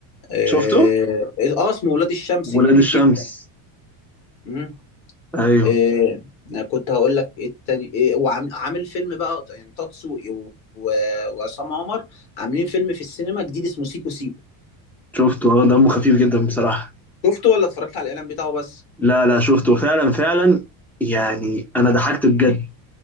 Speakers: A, on the left (about 50°); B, in the centre.
A: اه
B: شفته
A: آه، اسمه ولاد الشمس
B: ولاد
A: جميل
B: الشمس
A: جدا مم.
B: ايوه
A: آه، أنا كنت هقول لك ايه التاني إيه وعامل فيلم بقى يعني طه دسوقي و- و- وعصام عمر عاملين فيلم في السينما جديد اسمه سيكو سيكو
B: شفته اه دمه خفيف جدا بصراحة
A: شفته ولا اتفرجت على الإعلان بتاعه بس؟
B: لا لا شفته فعلا فعلا يعني انا ضحكت بجد